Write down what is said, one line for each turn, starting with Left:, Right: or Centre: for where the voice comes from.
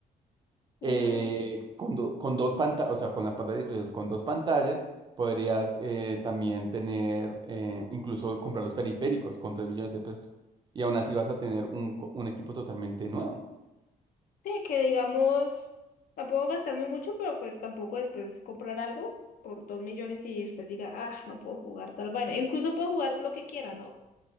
Left: Ujú.
Right: eh, con, do- con dos pantallas, o sea, con las pantallas incluidas, con dos pantallas, podrías eh, también tener, eh, incluso comprar los periféricos con 3 millones de pesos. Y aún así vas a tener un, co- un equipo totalmente nuevo.
Left: Sí, que digamos, tampoco gastarme mucho, pero pues tampoco después comprar algo por dos millones y después diga, ah, no puedo jugar tal vaina. Incluso puedo jugar lo que quiera, ¿no?